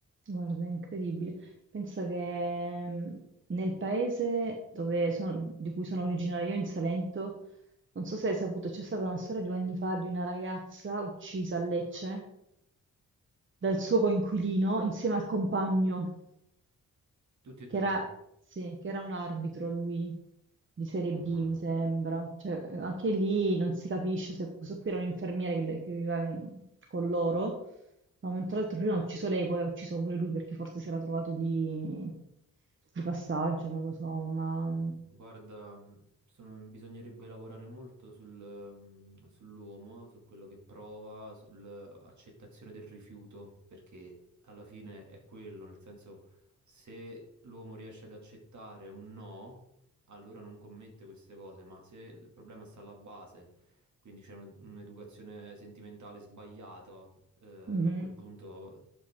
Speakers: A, on the right (about 40°); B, on the right (about 65°).
A: Guarda, è incredibile. Pensa che mh, nel paese dove sono- di cui sono originaria io, in Salento, non so se hai saputo, c'è stata una storia due anni fa di una ragazza uccisa a Lecce dal suo coinquilino insieme al compagno.
B: Tutti e
A: Che
B: due?
A: era, sì, che era un arbitro lui, di Serie
B: Oh
A: B,
B: mamma.
A: mi sembra. Cioè, eh, anche lì non si capisce se questo qui era un infermiere che, le- che viveva in- con loro. Da un momento all'altro prima ha ucciso lei, poi ha ucciso pure lui perché forse si era trovato lì di passaggio, non lo so, ma...
B: Guarda, sono- bisognerebbe lavorare molto sul, mm, sull'uomo, su quello che prova, sull'accettazione del rifiuto, perché alla fine è quello, nel senso, se l'uomo riesce ad accettare un no, allora non commette queste cose, ma se il problema sta alla base, quindi c'è un- un'educazione sentimentale sbagliata, eh, a
A: Mhm.
B: quel punto